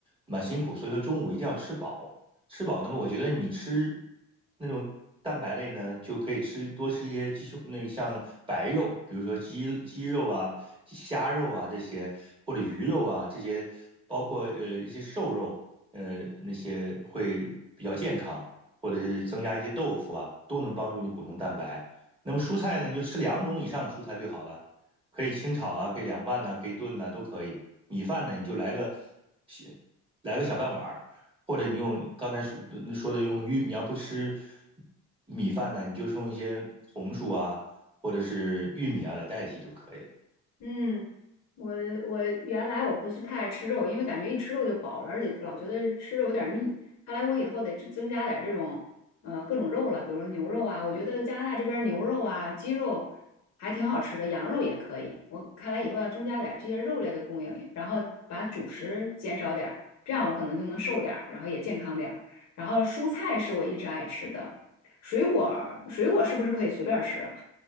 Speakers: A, on the right; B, on the left.
A: 蛮辛苦。所以说中午一定要吃饱，吃饱。那么我觉得你吃那种蛋白类呢，就可以吃多吃一些鸡胸，那像白肉，比如说鸡鸡肉啊。虾肉啊这些，或者鱼肉啊这些，包括呃一些瘦肉，呃那些会比较健康，或者是增加一些豆腐啊，都能帮助你补充蛋白。那么蔬菜呢，你就吃两种以上的蔬菜最好了，可以清炒啊，可以凉拌呐、可以炖呐、都可以。米饭呢，你就来个小来个小半碗儿，或者你用刚才说说的用玉，你要不吃米饭呢，你就用一些红薯啊，或者是玉米啊来代替就可以了。
B: 嗯，我我原来我不是太爱吃肉，因为感觉一吃肉就饱了，而且老觉得吃肉有点腻。看来我以后得增增加点这种呃各种肉了，比如说牛肉啊，我觉得加拿大这边牛肉啊、鸡肉还挺好吃的，羊肉也可以。我看来以后要增加点这些肉类的供应，然后把主食减少点儿，这样我可能就能瘦点儿，然后也健康点儿。然后蔬菜是我一直爱吃的，水果儿水果是不是可以随便儿吃啊？